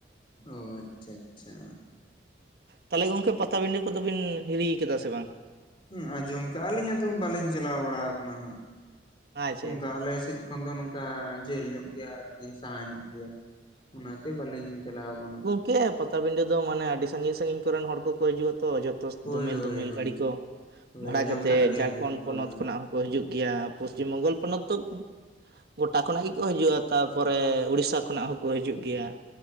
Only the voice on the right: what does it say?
ᱛᱟᱦᱮᱞᱮ ᱜᱚᱝᱠᱮ ᱯᱟᱛᱟ ᱵᱤᱰᱟᱹ ᱠᱚᱫᱚ ᱵᱤᱱ ᱦᱤᱨᱤ ᱟᱠᱟᱫᱟ ᱥᱮ ᱵᱟᱝ?
ᱟᱪᱪᱷᱟ
ᱟᱪᱪᱷᱟ
ᱠᱮᱼᱟ, ᱯᱟᱛᱟ ᱵᱤᱰᱟᱹ ᱫᱚ ᱢᱟᱱᱮ ᱟᱹᱰᱤ ᱥᱟᱺᱜᱤᱧ ᱥᱟᱺᱜᱤᱧ ᱠᱚᱨᱮᱱ ᱦᱚᱲ ᱠᱚᱠᱚ ᱦᱤᱡᱩᱜᱼᱟ ᱛᱚ ᱡᱷᱳᱛ- ᱛᱚᱥ
ᱫᱚᱢᱮᱞ
ᱫᱚᱢᱮᱞ
ᱜᱟᱹᱲᱤ ᱠᱚ
ᱵᱷᱟᱲᱟ
ᱠᱟᱛᱮ,
ᱡᱷᱟᱨᱠᱷᱚᱱᱰ ᱯᱚᱱᱚᱛ
ᱠᱷᱚᱱᱟᱜ ᱦᱚᱸ ᱠᱚ ᱦᱤᱡᱩᱜ ᱜᱮᱭᱟ, ᱯᱚᱥᱪᱤᱢ ᱵᱚᱝᱜᱚᱞ ᱯᱚᱱᱚᱛ ᱫᱚᱠ ᱩᱸ ᱜᱚᱴᱟ ᱠᱷᱚᱱᱟᱜ ᱜᱮᱠᱚ ᱦᱤᱡᱩᱜᱼᱟ, ᱛᱟᱯᱚᱨᱮ ᱩᱲᱤᱥᱥᱟ ᱠᱷᱚᱱᱟᱜ ᱦᱚᱸᱠ ᱠᱚ ᱦᱤᱡᱩᱜ ᱜᱮᱭᱟ,